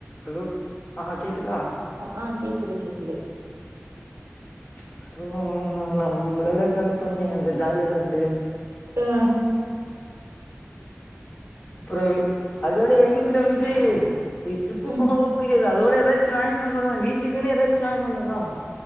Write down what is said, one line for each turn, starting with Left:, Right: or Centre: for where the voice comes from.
Left: Hello ஆ கேக்குதா
Right: ஆ கேக்குது கேக்குது
Left: அப்புறோ நம்மளல்லா செலவு பண்ணி அந்த ஜாலியா இருந்து
Right: ம்
Left: அப்புறோ அதோட எங்க வீட்ல வந்து ட்ரிப்பு
Right: ம்
Left: போன புடிக்கது அதோட எதாச்சு வாங்கினு வந்தாதா வீட்டுக்குன்னு எதாச்சு வாங்கினு வந்தா தா